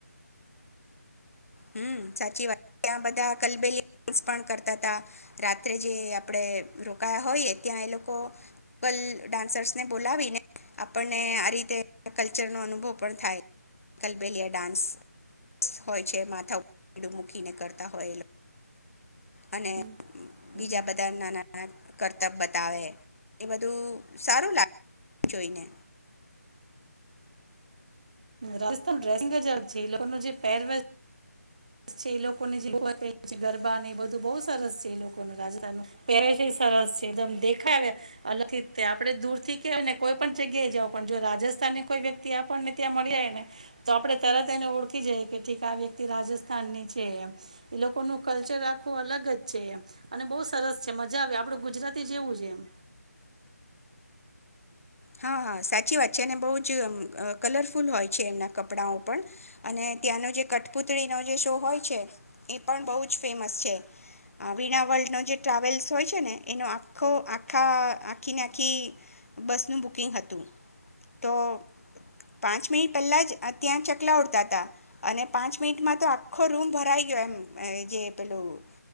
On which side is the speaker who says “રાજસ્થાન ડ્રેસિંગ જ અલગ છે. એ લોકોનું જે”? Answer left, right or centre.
Right